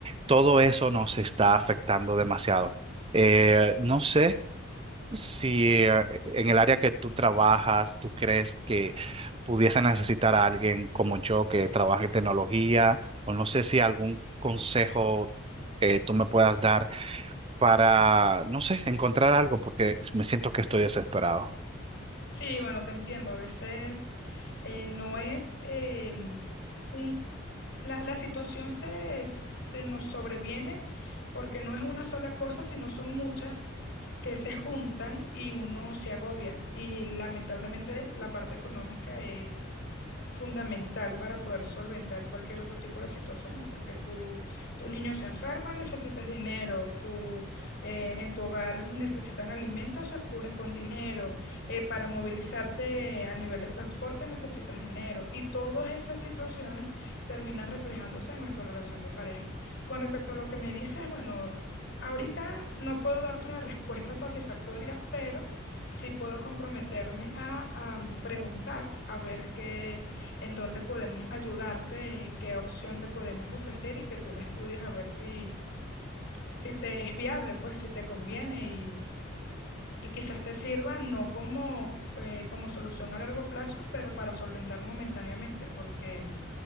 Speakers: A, on the right (about 25°); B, on the left (about 60°).
A: todo eso nos está afectando demasiado. Eh, no sé si eh, en el área que tú trabajas, tú crees que pudiese necesitar a alguien como yo que trabaje en tecnología, o no sé si algún consejo eh, tú me puedas dar para, no sé, encontrar algo, porque me siento que estoy desesperado.
B: Sí, bueno, te entiendo. A veces eh, no es em, un La, la situación se, se nos sobreviene porque no es una sola cosa, sino son muchas que se juntan y uno se agobia. Y lamentablemente la parte económica es fundamental para poder solventar cualquier otro tipo de situaciones, porque tu, tu niño se enferma, necesitas dinero, tu, eh, en tu hogar necesitan alimentos, se cubren con dinero, eh, para movilizarte a nivel de transporte necesitas dinero y todas esas situaciones terminan reflejándose en nuestra relación de pareja. Con respecto a lo que me dices, bueno, ahorita no puedo darte una respuesta satisfactoria, pero sí puedo comprometerme a, a preguntar, a ver qué en dónde podemos ayudarte, qué opción te podemos ofrecer y que tú la estudies a ver si, si te es viable, pues si te conviene y, y quizás te sirva no como, eh, como solución a largo plazo, pero para solventar momentáneamente, porque